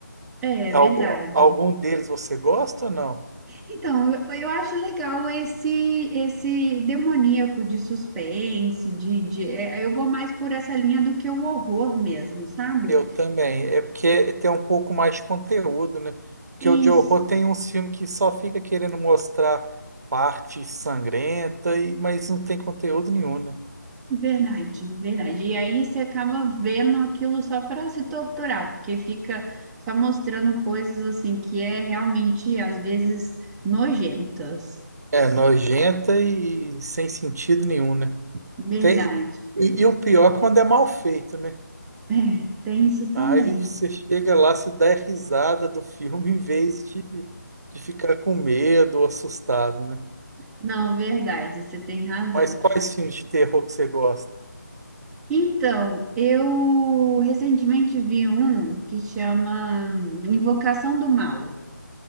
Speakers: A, in the centre; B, on the right.
A: é
B: Algu-
A: verdade.
B: algum deles você gosta ou não?
A: Então, eu, eu acho legal esse esse demoníaco de suspense, de, de, é, eu vou mais por essa linha do que o horror mesmo, sabe?
B: Eu também. É porque tem um pouco mais de conteúdo, né? Porque
A: Isso.
B: o de horror tem uns filmes que só fica querendo mostrar parte sangrenta, e, mas não tem conteúdo nenhum, né?
A: Verdade, verdade. E aí você acaba vendo aquilo só para se torturar, porque fica só mostrando coisas assim que é realmente às vezes nojentas.
B: É nojenta e sem sentido nenhum, né?
A: Verdade.
B: Tem, e, e o pior é quando é mal feito, né?
A: É, tem isso também.
B: Aí você chega lá, você dá risada do filme em vez de, de ficar com medo ou assustado, né?
A: Não, verdade, você tem razão.
B: Mas quais filmes de terror que você gosta?
A: Então, eu recentemente vi um que chama Invocação do Mal.